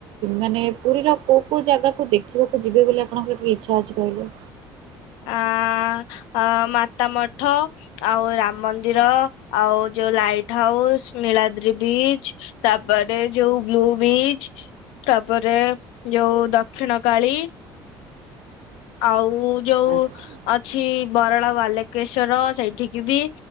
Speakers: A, on the right (about 70°); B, on the left (about 80°).
A: ମାନେ ପୁରୀର କୋଉ କେଉଁ ଜାଗାକୁ ଦେଖ ଦେଖିବାକୁ ଜିବେ ବୋଲି ଆପଣଙ୍କର ଟିକେ ଇଚ୍ଛା ଅଛି କହିଲେ?
B: ଆ ଆ ମାତା ମଠ ଆଉ ରାମ ମନ୍ଦିର ଆଉ ଯୋଉ ଲାଇଟ୍ ହାଉସ୍ ନୀଳାଦ୍ରି ବିଚ୍ ତାପରେ ଯୋଉ ବ୍ଲୁ ବିଚ୍ ତାପରେ ଯୋଉ ଦକ୍ଷିଣ କାଳୀ ଆଉ ଯୋଉ
A: ଆଚ୍ଛା
B: ଅଛି ବରାଳ ବାଲକେଶ୍ଵର ସେଇଠିକି ବି